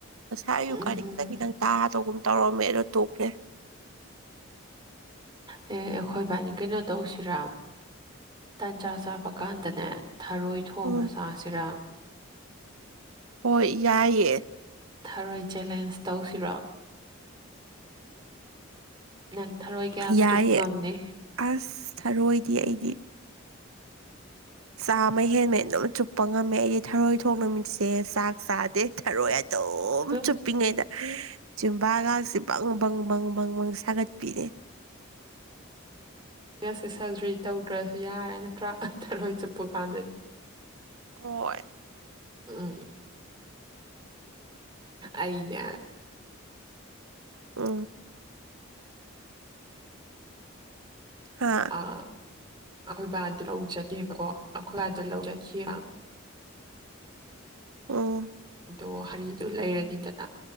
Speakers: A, on the right; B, on the right.
A: ꯉꯁ ꯑꯌꯨꯀꯗꯤ
B: ꯎꯝ
A: ꯈꯤꯪ ꯈꯤꯇꯪ ꯇꯥꯗꯧꯒꯨꯝ ꯇꯧꯔꯝꯃꯦ ꯑꯗꯣ ꯇꯣꯛꯈ꯭ꯔꯦ
B: ꯍꯌꯦ ꯑꯩꯈꯣꯏ ꯏꯕꯥꯅꯤ ꯀꯩꯅꯣ ꯇꯧꯁꯤꯔꯥ ꯇꯟꯖꯥ ꯆꯥꯕ ꯀꯥꯟꯗꯅꯦ ꯊꯔꯣꯏ ꯊꯣꯡ
A: ꯎꯝ
B: ꯑꯁꯥꯁꯤꯔꯥ
A: ꯍꯣꯏ ꯌꯥꯏꯌꯦꯦ
B: ꯊꯔꯣꯏ ꯆꯦꯂꯦꯟꯖ ꯇꯧꯁꯤꯔꯣ ꯅꯪ ꯊꯔꯣꯏ ꯀꯌꯥꯝ
A: ꯌꯥꯏꯌꯦꯦ
B: ꯆꯨꯞ ꯉꯝꯅꯤ
A: ꯑꯁ ꯊꯔꯣꯏꯗꯤ ꯑꯩꯗꯤ ꯆꯥꯃ ꯍꯦꯟꯃꯦ ꯑꯗꯨꯝ ꯆꯨꯞꯄ ꯉꯝꯃꯦ ꯑꯩꯗꯤ ꯊꯔꯣꯏ ꯊꯣꯡ ꯅꯨꯃꯤꯠꯁꯦ ꯆꯥꯛ ꯆꯥꯗꯦ ꯊꯔꯣꯏ ꯑꯗꯨ ꯑꯗꯨꯝ
B: ꯍ,
A: ꯆꯨꯞꯄꯤꯉꯩꯗ ꯆ ꯒꯁꯤꯦ ꯕꯪ ꯕꯪ ꯪ ꯕꯪꯪ ꯁꯥꯒꯠꯄꯤꯔꯦ
B: ꯉꯁꯦ ꯁꯔꯖꯔꯤ ꯇꯧꯗ꯭ꯔꯁꯨ ꯌꯥꯔꯦ ꯅꯠꯇ꯭ꯔꯥ ꯇꯔꯣꯏ ꯆꯨꯞꯄ ꯀꯥꯟꯗꯗꯤ
A: ꯍꯣꯏ
B: ꯎꯝ ꯑꯩꯅ
A: ꯑꯥ ꯍꯥ
B: ꯑꯩꯈꯣꯏ ꯕꯥꯗꯨ ꯂꯧꯖꯒꯦꯕꯀꯣ ꯑꯩꯈꯣꯏꯕꯥꯗꯨ ꯂꯧꯖꯈꯤꯑꯕ
A: ꯑ
B: ꯑꯗꯣ ꯍꯔꯤꯗꯨꯣ ꯂꯩꯔꯅꯤꯗꯅ